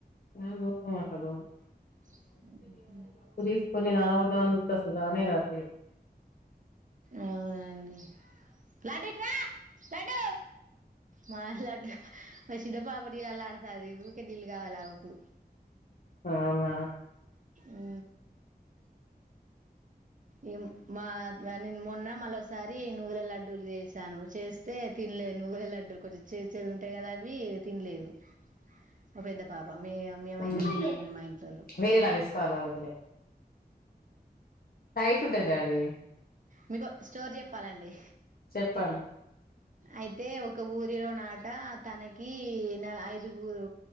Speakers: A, on the left; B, on the right.
A: మా ఊర్లో నాకదు
B: అ ఊ
A: తీసుకొని నానబోద్దామని చూత్తే అసలు రానే రాట్లేదు
B: అవునండి లడ్డు రా లడ్డు మా లడ్డు మా చిన్న పాప నీళ్ళల్లా ఆడుతాంది ఊకే నీళ్లు గావాలి ఆమెకు
A: అవునా
B: ఊ ఈ మా నేను మొన్న మరోసారి నువ్వుల లడ్డూలు చేసాను చేస్తే తినలే నువ్వుల లడ్డు కొంచెం చేదు చేదు ఉంటాయి కదా అవి తినలేదు ఒక పెద్ద పాప మే మేమ అయితే
A: మ్మ్
B: తిన్నాం కనీ మా ఇంట్లోళ్ళు
A: వేరేలాగా వేసుకోవాలి ఆ వద్దులే టైట్ ఉంటది డాడీ
B: మీకు స్టోర్ చెప్పాలండి
A: చెప్పండి
B: అయితే ఒక ఊరిలో నాట తనకి న ఐదుగురు